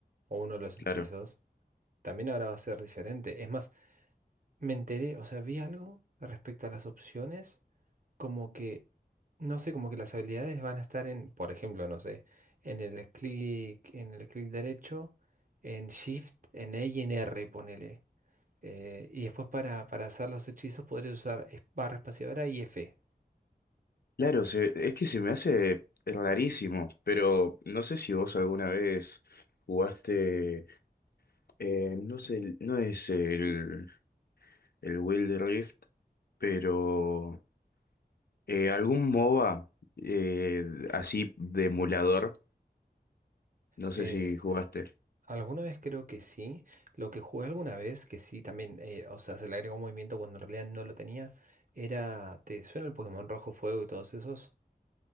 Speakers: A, on the right; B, on the left.
A: o uno de los
B: claro,
A: hechizos, también ahora va a ser diferente. Es más, me enteré, o sea, vi algo respecto a las opciones. como que, no sé, como que las habilidades van a estar en, por ejemplo, no sé, en el clic, en el clic derecho, en Shift, en E y en R, ponele. Eh, y después para, para hacer los hechizos podré usar es- barra espaciadora y F.
B: claro, se- es que se me hace rarísimo, pero no sé si vos alguna vez jugaste, eh, no sé, no es el, el Wild Rift, pero eh, algún MOBA eh, así de emulador, no
A: Eh,
B: sé si jugaste.
A: alguna vez creo que sí. Lo que jugué alguna vez, que sí también, eh, o sea, se le agregó un movimiento cuando en realidad no lo tenía, era, ¿te suena el Pokémon Rojo Fuego y todos esos?